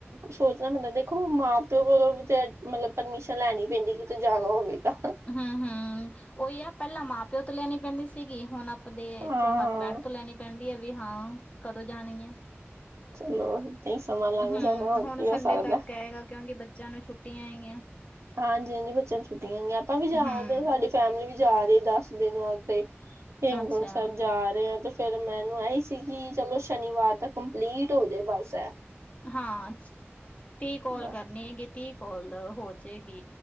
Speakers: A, on the right; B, on the left.
A: ਸੋਚਣਾ ਪੈਂਦਾ ਦੇਖੋ ਮਾਂ-ਪਿਓ ਕੋਲੋਂ ਵੀ ਤੇ ਮਤਲਬ ਪਰਮਿਸ਼ਨ ਲੈਣੀ ਪੈਂਦੀ ਕਿਤੇ ਜਾਣਾ ਹੋਵੇ ਤਾਂ।
B: ਹੂੰ-ਹੂੰ, ਓਹੀ ਐ ਪੈਲਾਂ ਮਾਂ-ਪਿਓ ਤੋਂ ਲੈਣੀ ਪੈਂਦੀ ਸੀਗੀ, ਹੁਣ ਅਪ ਤੇ ਏਥੋਂ
A: ਹਾਂ
B: ਹਸਬੈਂਡ ਤੋਂ ਲੈਣੀ ਪੈਂਦੀ ਏ ਵੀ ਹਾਂ ਕਦੋਂ ਜਾਣੀ ਏ।
A: ਚਲੋ ਏਦਾਂ ਹੀ ਸਮਾਂ ਲੰਘ
B: ਹੂੰ,
A: ਜਾਣਾ ਹੋਰ
B: ਹੁਣ
A: ਕੀ ਹੋ
B: ਸੰਡੇ
A: ਸਕਦਾ
B: ਤੱਕ ਕੈਏਗਾ ਕਿਉਂਕਿ ਬੱਚਿਆਂ ਨੂੰ ਛੁੱਟੀਆਂ ਹੈਗੀਆਂ।
A: ਹਾਂਜੀ-ਹਾਂਜੀ, ਬੱਚਿਆਂ ਨੂੰ ਛੁੱਟੀਆਂ ਹੈਗੀਆਂ, ਆਪਾਂ ਵੀ ਜਾ
B: ਹੂੰ,
A: ਰੇ ਆ ਸਾਡੀ ਫੈਮਿਲੀ ਵੀ ਜਾ ਰੀ ਏ, ਦਸ ਦਿਨ ਵਾਸਤੇ। ਤੇ ਹਿਮਕੁੰਟ
B: ਅੱਛਾ
A: ਸਾਹਿਬ ਜਾ ਰਹੇ ਆ ਤੇ ਫਿਰ ਮੈਨੂੰ ਐਹੀ ਸੀ ਕਿ ਚਲੋ ਸ਼ਨੀਵਾਰ ਤਾਂ ਕੰਪਲੀਟ ਹੋਜੇ ਬਸ ਐ।
B: ਹਾਂ, ਤੀਹ ਕੋਲ
A: ਬਸ
B: ਕਰਨੀ ਹੈਗੀ ਏ, ਤੀਹ ਕੋਲ ਹੋ ਜੇਗੀ।